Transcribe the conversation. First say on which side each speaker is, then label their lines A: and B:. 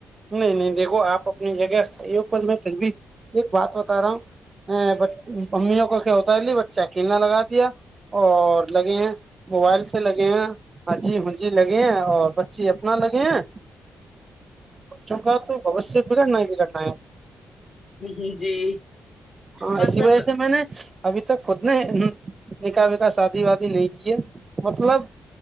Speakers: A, on the right; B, on the left.
A: نہیں نہیں دیکھو آپ یہ اوپر میں پھر بھی ایک بات بتا رہا ہوں امیوں کو کیا ہوتا ہے ل بچے اکیلالا لگا دیا اور لگے ہیں موبائل سے لگے ہیں ہ جی ہجی لگے ہیں اور بچی اپنا لگے ہیں جگا تو اوش سے برا ن نہیں ب گاان
B: جی جی
A: ہاں
B: بس
A: ای سی
B: اب
A: وج سے م <inaudible> ابھی <inaudible> خود نے نکا و کاا ساتھ <inaudible> وادی نہیں کیے مطلب